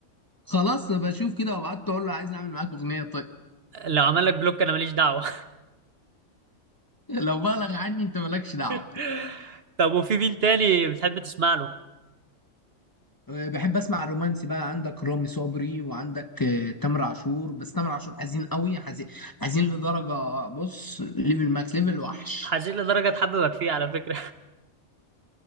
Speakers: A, on the left; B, on the right.
A: خلاص بشوف كده وبعت اقول له عايز اعمل معاك اغنيه طيب
B: لو عمل لك بلوك انا ماليش دعوه
A: لو بالغ عني انت مالكش دعوه
B: <laughs> طب وفي مين تاني بتحب تسمع له
A: بحب اسمع الرومانسي بقى عندك رامي صبري وعندك آه، تامر عاشور بس تامر عاشور حزين قوي حزين حزين لدرجة بص ليفل ماكس ليفل وحش
B: حزين لدرجه تحببك فيه على فكره <laughs>